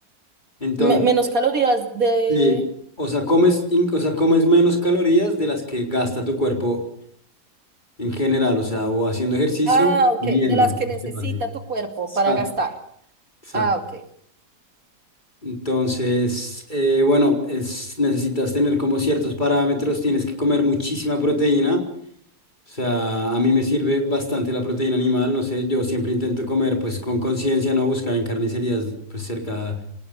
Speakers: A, on the left (about 25°); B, on the right (about 55°).
A: Entonces,
B: Me- menos calorías de...
A: sí, o sea, comes, in- o sea, comes menos calorías de las que gasta tu cuerpo en general, o sea, o haciendo ejercicio,
B: Ah, ok,
A: viviendo,
B: de las
A: por
B: que
A: decirlo
B: necesita
A: así.
B: tu cuerpo
A: Exacto.
B: para gastar.
A: Exacto.
B: Ah, ok.
A: Entonces, eh, bueno, es, necesitas tener como ciertos parámetros, tienes que comer muchísima proteína O sea, a mí me sirve bastante la proteína animal, no sé, yo siempre intento comer pues con conciencia, no buscar en carnicerías pues cerca